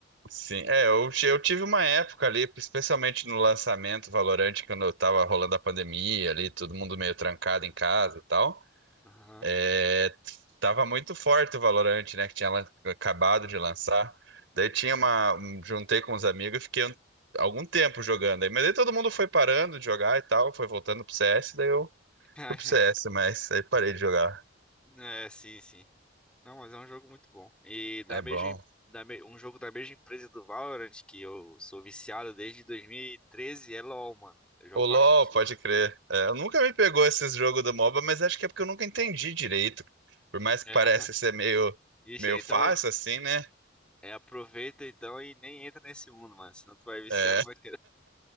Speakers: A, on the right; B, in the centre.
A: Sim, é, eu, che- eu tive uma época ali, especialmente no lançamento Valorant, quando eu tava rolando a pandemia ali, todo mundo meio trancado em casa e tal,
B: Aham.
A: é, tava muito forte o Valorant, né, que tinha lan- acabado de lançar, daí tinha uma, um- juntei com os amigos e fiquei um- algum tempo jogando aí, mas daí todo mundo foi parando de jogar e tal, foi voltando pro CS, daí eu
B: <laughs>
A: fui pro CS, mas aí parei de jogar,
B: É, sim, sim. Não, mas é um jogo muito bom. E da
A: é
B: mesma,
A: bom.
B: da me- um jogo da mesma empresa do Valorant, que eu sou viciado desde 2013, é LoL, mano. Eu jogo
A: O LoL,
B: bastante
A: pode
B: LoL.
A: crer. É, eu nunca me pegou esses jogos do MOBA, mas acho que é porque eu nunca entendi direito. Por mais que
B: É.
A: pareça
B: <laughs>
A: ser meio,
B: Ixi,
A: meio
B: então,
A: fácil assim, né?
B: é, aproveita então e nem entra nesse mundo, mano. Senão tu vai viciar,
A: É.
B: não vai